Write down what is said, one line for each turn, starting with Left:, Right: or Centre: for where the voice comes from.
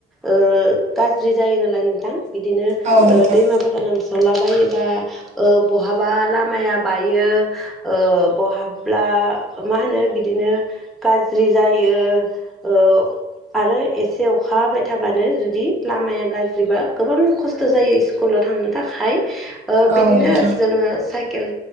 Centre: ओ गाज्रि जायो नालाय नोंथां बिदिनो
Right: औ नोंथां
Centre: ओ दैमाफोरा लोम सावला बायोबा ओ बहाबा लामाया बायो ओ बहाब्ला मा होनो बिदिनो गाज्रि जायो ओ आरो एसे अखा हाबाय थाबानो जुदि लामाया गाज्रिबा गोबां खस्थ' जायो स्कुलाव थांनो थाखाय ओ
Right: औ
Centre: बिदिनो
Right: नोंथां
Centre: जोङो साइकेल